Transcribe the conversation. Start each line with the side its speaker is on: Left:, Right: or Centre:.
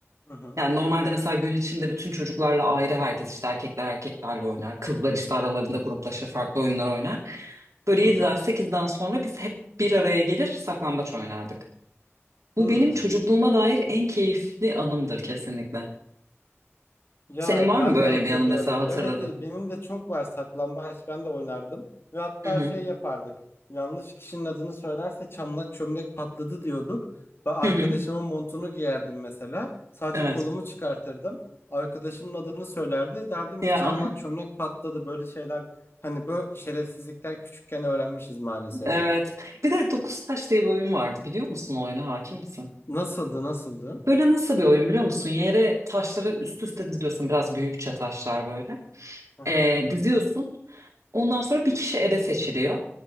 Left: hı
Right: Yani normalde mesela gün içinde bütün çocuklarla ayrı herkes işte erkekler erkeklerle oynar. Kızlar işte aralarında gruplaşır farklı oyunlar oynar. Böyle 7'den
Left: hı hı.
Right: 8'den sonra biz hep bir araya gelir saklambaç oynardık.
Left: hı
Right: Bu
Left: hı.
Right: benim çocukluğuma dair en keyifli anımdır kesinlikle.
Left: Ya
Right: Senin var
Left: ben
Right: mı böyle
Left: de hatırlıyorum.
Right: bir anı mesela hatırladığın?
Left: Evet e, benim de çok var saklambaç ben de oynardım. Ve hatta
Right: Hı hı.
Left: şey yapardık. Yanlış kişinin adını söylerse çamlak çömlek patladı diyorduk. Ben arkadaşımın
Right: Hı hı.
Left: montunu giyerdim mesela. Sadece
Right: Evet.
Left: kolumu çıkartırdım. Arkadaşımın adını söylerdi. Derdim
Right: Ya
Left: ki çamlak çömlek patladı. Böyle şeyler hani böyle şerefsizlikler küçükken öğrenmişiz maalesef.
Right: <laughs> evet. Bir de dokuz taş diye bir oyun vardı biliyor musun o oyunu hakim misin?
Left: Nasıldı nasıldı?
Right: Böyle nasıl bir oyun biliyor musun? Yere taşları üst üste diziyorsun biraz büyükçe taşlar böyle.
Left: Hı hı.
Right: Ee, diziyorsun. Ondan sonra bir kişi ebe seçiliyor.